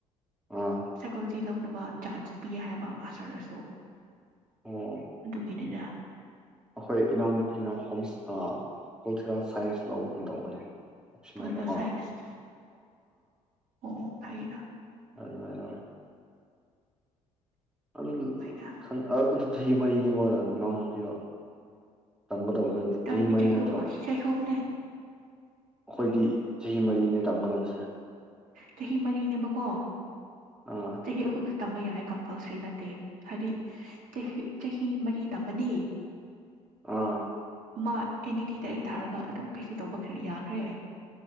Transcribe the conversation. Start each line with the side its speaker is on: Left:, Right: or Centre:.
Centre: ꯑꯥ
Right: ꯁꯥꯏꯀꯣꯂꯣꯖꯤ ꯂꯧꯅꯕ ꯆꯥꯟꯁ ꯄꯤ ꯍꯥꯏꯕ ꯃꯥꯁꯇꯔꯗꯁꯨ
Centre: ꯑꯣ
Right: ꯑꯗꯨꯒꯤ ꯗꯦꯅ
Centre: ꯑꯩꯈꯣꯏ ꯏꯅꯥꯎꯅꯨꯄꯤꯅ ꯍꯣꯝꯁ ꯑ ꯄꯣꯂꯤꯇꯤꯀꯦꯜ ꯁꯥꯏꯟꯁ ꯂꯧꯒꯨꯝ ꯇꯧꯕꯅꯦ ꯑꯣꯞꯁꯅꯦꯜꯗꯀꯣ
Right: ꯄꯣꯜꯀꯦꯜ ꯁꯥꯏꯟꯁ ꯑꯣ ꯐꯩꯅ
Centre: ꯑꯗꯨꯃꯦ ꯂꯧꯋꯦ ꯑꯗꯨ
Right: ꯐꯩꯅ
Centre: ꯈꯪ ꯑꯥ ꯑꯗꯨ ꯆꯍꯤ ꯃꯔꯤ ꯅꯅꯧꯅꯨꯄꯤꯔꯣ <unintelligible>
Right: ꯇꯥꯟꯄꯤ ꯆꯍꯤ
Centre: ꯅꯠꯇ꯭ꯔꯣ
Right: ꯍꯨꯝ ꯆꯩꯍꯝꯅꯦ
Centre: ꯑꯥꯈꯣꯏꯒꯤ ꯆꯍꯤ ꯃꯔꯤꯅꯦ ꯇꯝꯒꯗꯕꯁꯦ
Right: ꯆꯍꯤ ꯃꯔꯤꯅꯦꯕꯀꯣ
Centre: ꯑꯥ
Right: ꯆꯍꯤ ꯑꯍꯨꯝ ꯇꯝꯕ ꯌꯥꯏ ꯀꯝꯄꯜꯁꯔꯤ ꯅꯠꯇꯦ ꯍꯥꯏꯗꯤ ꯆꯍꯤ ꯆꯍꯤ ꯃꯔꯤ ꯇꯝꯃꯗꯤ
Centre: ꯑꯥ
Right: ꯃꯥ ꯑꯦꯟ ꯏ ꯇꯤ ꯗꯥꯏꯔꯦꯛ ꯊꯥꯔꯒ ꯑꯗꯨꯝ ꯄꯤ ꯍꯩꯁ ꯗꯤ ꯇꯧꯕ ꯌꯥꯈ꯭ꯔꯦ